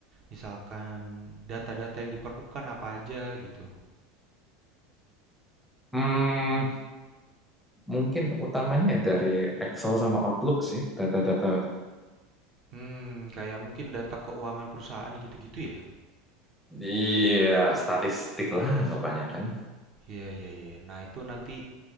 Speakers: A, on the right; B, in the centre.
A: misalkan data-data yang diperlukan apa aja gitu.
B: Hmm, mungkin utamanya ya dari Excel sama Outlook sih data-data
A: Hmm, kayak mungkin data keuangan perusahaan gitu-gitu ya?
B: Iya, statistik lah anggapannya kan.
A: Iya, iya, iya. Nah, itu nanti